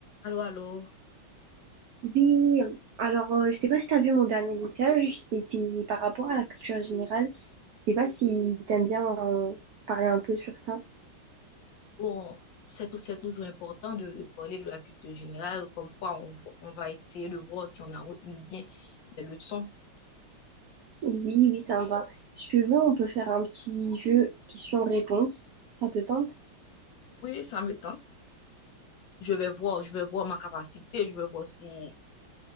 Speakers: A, on the left; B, on the right.
A: Allô, allô.
B: Oui, alors euh, je sais pas si tu as vu mon dernier message, c'était par rapport à la culture générale. Je sais pas si t'aimes bien euh, parler un peu sur ça.
A: Bon, c'est tout- c'est toujours important de, de parler de la culture générale, comme quoi on, vo- on va essayer de voir si on a retenu bien les leçons.
B: Oui, oui, ça me va. Si tu veux, on peut faire un petit jeu question-réponse. Ça te tente?
A: Oui, ça me tente. Je vais voir, je vais voir ma capacité, je vais voir si